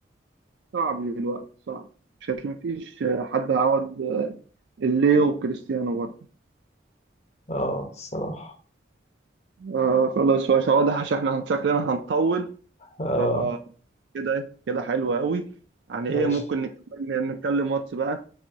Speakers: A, on the right (about 70°); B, on the left (about 35°).
A: صعب دلوقتي صعب مش هتلاقي مفيش حد هيعوض الليو وكريستيانو برضه
B: آه الصراحة
A: آه خلاص بس واضح عشان احنا شكلنا هنطول
B: اه
A: فكده إيه، كده حلو قوي يعني
B: ماشي
A: ايه ممكن نكمل نتكلم واتس بقى